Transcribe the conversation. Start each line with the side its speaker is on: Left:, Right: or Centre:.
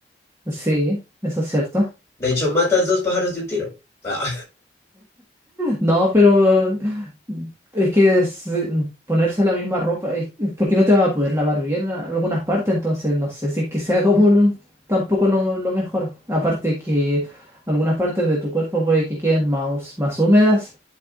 Right: Sí, eso es cierto.
Left: De hecho, matas dos pájaros de un tiro. Ah,
Right: No, pero es que es, eh, ponerse la misma ropa, es- porque no te vas a poder lavar bien a- algunas partes, entonces no sé si es que sea como lo- tampoco lo, lo mejor. Aparte que algunas partes de tu cuerpo puede que queden más, más húmedas